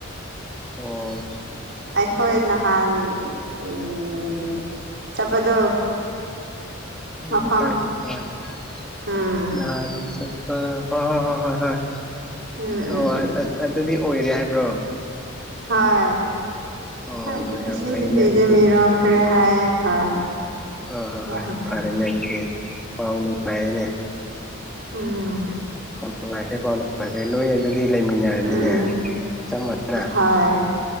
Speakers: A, in the centre; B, on the right.
A: ꯑꯣ
B: ꯑꯩꯈꯣꯏ ꯅꯍꯥꯟ ꯎꯝ ꯆꯠꯄꯗꯣ
A: ꯎꯝ
B: ꯃꯐꯝ
A: <unintelligible>
B: ꯎꯝ
A: ꯅꯍꯥꯟ ꯆꯠ ꯑ ꯍꯣꯏ ꯍꯣꯏ ꯍꯣꯏ ꯍꯣꯏ ꯍꯣꯏ
B: ꯎꯝ
A: ꯑꯣ
B: ꯎꯝ ꯎꯝ
A: ꯑꯗꯨꯗꯤ ꯑꯣꯏꯔꯦ ꯍꯥꯏꯕ꯭ꯔꯣ
B: ꯍꯣꯏ
A: ꯑꯣ ꯌꯥꯝ
B: ꯑꯁꯤ
A: ꯐꯩꯅꯦ
B: ꯅꯨꯄꯤꯁꯤ
A: ꯑꯗꯨꯗꯤ
B: ꯃꯤꯔꯣꯜ ꯈꯔ꯭ꯦ ꯍꯥꯏꯌꯦ ꯍꯣꯏ
A: ꯍꯣꯏ ꯍꯣꯏ ꯍꯣꯏ
B: ꯌꯥꯝ ꯐꯩꯌꯦ
A: ꯐꯔꯦꯅꯦ ꯑꯗꯨꯗꯤ ꯄꯥꯎ ꯅꯨꯡꯉꯥꯏꯔꯅꯦ
B: ꯎꯝ
A: ꯄꯥꯎ ꯅꯨꯪꯉꯥꯏꯈꯔꯦ ꯀꯣ ꯑꯗꯨꯗꯤ ꯐꯔꯦ ꯅꯣꯏ ꯑꯗꯨꯗꯤ ꯂꯩꯃꯤꯟꯅꯔꯅꯤꯅꯦ
B: ꯎꯝ
A: ꯆꯞ ꯃꯥꯟꯅꯅ
B: ꯍꯣꯏ